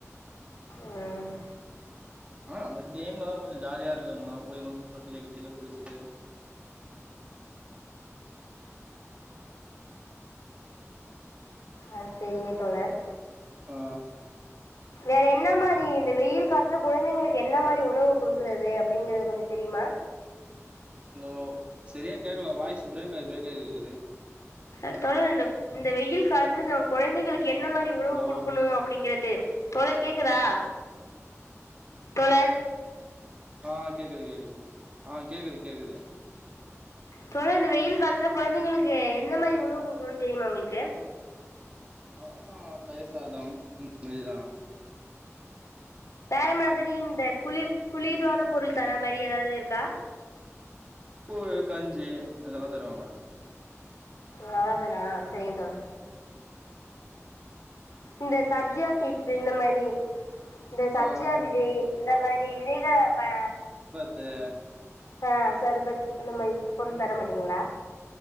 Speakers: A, on the left (about 75°); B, on the right (about 20°).
A: ம்
B: ஆ அந்த ஸ்டிம்லதா கொஞ்சோ ஜாலியா இருக்கு எங்கானா போய் தொட்டில கிட்டில குளிச்சிட்டு
A: ஆ சேரிங்க தோழர்
B: ஆ
A: வேற என்ன மாரி இந்த வெயில் காலத்துல குழந்தைங்களுக்கு என்ன மாரி உணவு குடுக்குறது அப்பிடிங்கறது கொஞ்ச தெரியுமா
B: ஹலோ சரியா கேட்கல வாய்ஸ் பிரேக் ஆய் பிரேக் ஆய் கேக்குது
A: அ தோழர் இந்த இந்த வெயில் காலத்துல நம் குழந்தைகளுக் கு என்ன மாரி உணவு
B: ஹலோ
A: குடுக்கணு அப்பிடிங்கிறது தோழர் கேக்குதா தோழர்
B: ஆ கேக்குது கேக்குது ஆ கேக்குது கேக்குது
A: தோழர் இந்த வெயில் காலத்துல குழந்தைங்களுக்கு எந்த மாரி உணவு குடுக்கணு தெரியுமா உங்களுக்கு
B: ஆஹா தயிர்சாதம் இந்த மாரிதா
A: வேற மாதிரி இந்த குளிர் குளிர்ரான பொருள் தரா மாரி ஏதாவது தா
B: போயத் கஞ்சி இதெல்லா தருவாங்க
A: அவ்வளதானா சரிங்க தோழா இந்த சப்ஜா சீட்ஸ் இந்த மாரி இந்த சப்ஜா
B: ஆ
A: விதை இந்த மாரி விதைகள ப
B: இத
A: ச சர்பத் இந்த மாரி பொருள் தரமாட்டீங்களா